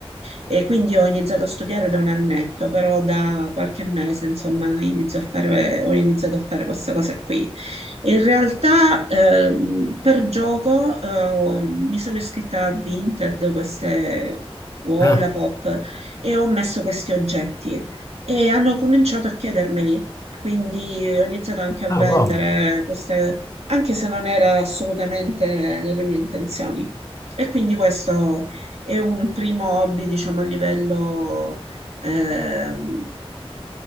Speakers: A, on the right; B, on the left.
A: E quindi ho iniziato a studiare da un annetto, però da qualche mese, insomma, inizio a fare- ho iniziato a fare queste cose qui. E In realtà, ehm, per gioco, eh, mi sono iscritta a Vinted, queste Wallapop,
B: Ah,
A: e ho messo questi oggetti e hanno cominciato a chiedermeli. Quindi ho iniziato anche a vendere
B: ah, wow.
A: queste, anche se non era assolutamente nelle mie intenzioni. E quindi questo è un primo hobby, diciamo, a livello, ehm,